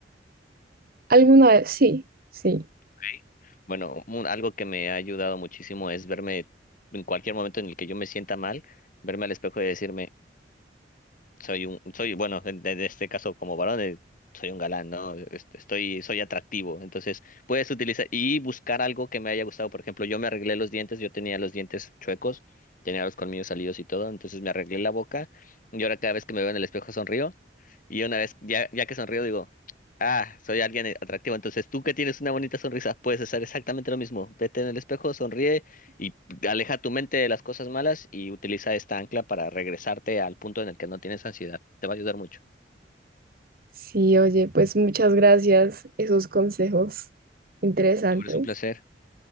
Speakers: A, on the right; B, on the left.
A: Alguna vez, sí, sí.
B: Ok. Bueno, un- algo que me ha ayudado muchísimo es verme en cualquier momento en el que yo me sienta mal, verme al espejo y decirme, soy un, soy, bueno, en, en este caso como varón, eh, soy un galán, ¿no? Est- Estoy, soy atractivo. Entonces, puedes utilizar y buscar algo que me haya gustado. Por ejemplo, yo me arreglé los dientes, yo tenía los dientes chuecos, tenía los colmillos salidos y todo, entonces me arreglé la boca y ahora cada vez que me veo en el espejo sonrío y una vez, ya, ya que sonrío, digo, ah, soy alguien atractivo. Entonces, tú que tienes una bonita sonrisa, puedes hacer exactamente lo mismo. Vete en el espejo, sonríe. Y aleja tu mente de las cosas malas y utiliza esta ancla para regresarte al punto en el que no tienes ansiedad. Te va a ayudar mucho.
A: Sí, oye, pues muchas gracias, esos consejos interesantes.
B: No, Hombre, es un placer.